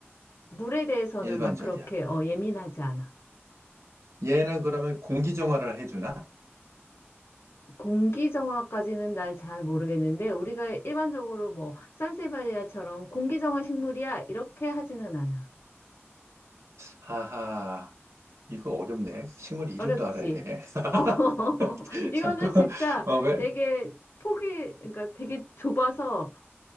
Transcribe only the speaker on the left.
물에 대해서는
막 그렇게, 어, 예민하지 않아.
공기 정화까지는 날 잘 모르겠는데 우리가 일반적으로 뭐 산세바리아처럼 공기 정화 식물이야 이렇게 하지는 않아.
어렵지.
어, <laughs> 이거는
진짜
되게 폭이 그러니까 되게 좁아서